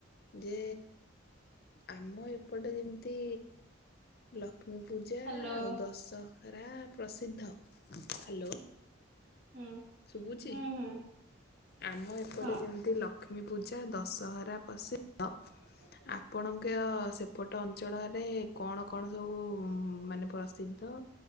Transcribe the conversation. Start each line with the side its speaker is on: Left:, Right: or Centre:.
Left: ଯେ ଆମ ଏପଟେ ଯେମିତି ଲକ୍ଷ୍ମୀ ପୂଜା
Right: ହ୍ୟାଲୋ
Left: ଆଉ ଦଶହରା ପ୍ରସିଦ୍ଧ ହ୍ୟାଲୋ।
Right: ହୁଁ
Left: ଶୁଭୁଛି?
Right: ହୁଁ ହୁଁ।
Left: ଆମ ଏପଟେ
Right: ହଁ
Left: ଯେମିତି ଲକ୍ଷ୍ମୀ ପୂଜା ଦଶହରା ପ୍ରସିଦ୍ଧ।
Right: <unintelligible>
Left: ଆପଣଙ୍କ ସେପଟ ଅଞ୍ଚଳରେ କଣ କଣ ସବୁ ମାନେ ପ୍ରସିଦ୍ଧ